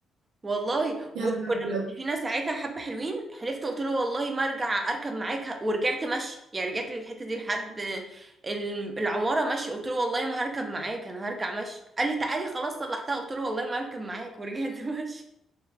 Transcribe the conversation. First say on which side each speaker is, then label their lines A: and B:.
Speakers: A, on the right; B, on the right.
A: والله
B: يا
A: وكنا
B: نهار أبيض
A: فينا ساعتها حبة حلوين حلفت قلت له والله ما ارجع اركب معاك ورجعت مشي يعني رجعت للحتة دي لحد ال- العمارة مشي قلت له والله ما هركب معاك انا هرجع مشي قال لي تعالي خلاص صلحتها قلت له والله ما هركب معاك ورجعت <laughs> مشي